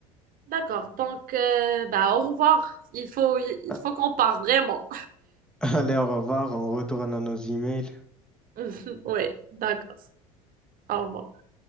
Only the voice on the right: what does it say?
D'accord. Donc, euh, bah, au revoir. Il faut, il
faut qu'on parle vraiment.
<laughs> Oui, d'accord. Au revoir.